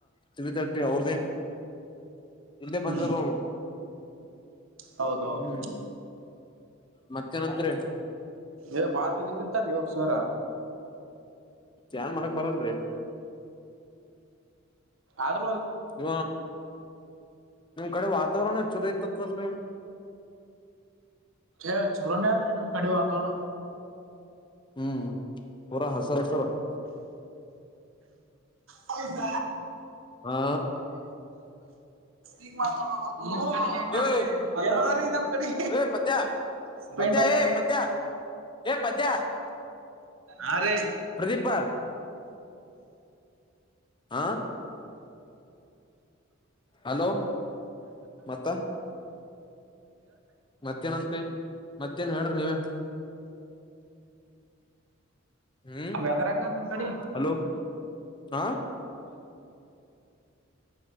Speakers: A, on the left; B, on the right.
A: ತ್ರಿ ತಟ್ಟೆ ಅವ್ರದ ಇಲ್ಲೇ
B: ಹ್ಮ್
A: ಬಂದಿದ್ರು ಅವರು
B: ಹೌದೌದು
A: ಹ್ಮ್ ಮತ್ತೆ ಏನಂತೀರಿ
B: ಏ್ ಬಾ ತಿಲಿ ತಿಂತಾರೀ ಅವ್ರ ಸರ
A: ಚನ್ ಮಾಡಕ್ ಬರನ್ರಿ
B: ಆದ್ರ
A: ಇ ನಿಮ್ ಕಡೆ ವಾತಾವರಣ ಚಲೈತ ತಲ್್ರ
B: ಏ್ ಚಲೋನೇ ಆದ್ರಿ ನಮ್ದ ಕಡಿ ಬತೋಣ
A: ಹ್ಮ್ ಪೂರ ಹಸ ಸರ
B: ಹೌದ
A: ಹಾ
B: ಈಗಗ್ ಮಾತಾಡ್ಬಹುದು ಹ ಹೆಂಗದ್ರಿದ
A: ಓಯ್
B: ನಮ್ ಕಡೆ
A: ಏ ಪದ್ಯ
B: ಸ್ಪ
A: ಪದ್ಯ
B: ಅದ
A: ಏ ಪದ್ಯ ಏ ಪದ್ಯ
B: ಹ ರೀ
A: ಪ್ರದೀಪ ಹ ಹಲೋ ಮತ್ತ ಮತ್ತೇನತ್ರಿ ಮತ್ತೇನ್ ಹೇಳ್ರಿ ನೀವ ಹ್ಮ್
B: ವೆದರ್ ಹೆಂಗದ ನಿಮ್ ಕಡಿ
A: ಹಲೋ ಹಾ